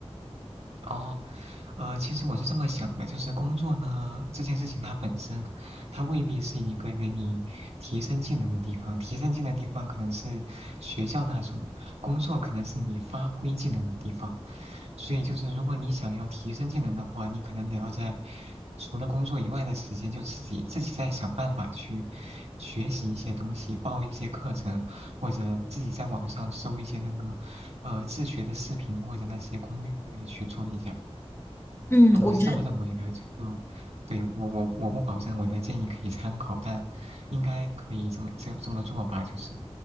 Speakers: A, on the right; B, on the left.
A: 哦，呃，其实我是这么想的，就是工作呢这件事情，它本身它未必是一个给你提升技能的地方，提升技能的地方可能是学校那种，工作可能是你发挥技能的地方。所以就是如果你想要提升技能的话，你可能得要在除了工作以外的时间，就自己自己再想办法去学习一些东西，报一些课程，或者自己在网上搜一些那个呃自学的视频或者那些攻略去做一下。
B: 嗯，
A: 呃，我是这么认为的，
B: 我觉得
A: 对，我我我不保证我的建议可以参考，但应该可以这么这这么做吧，就是。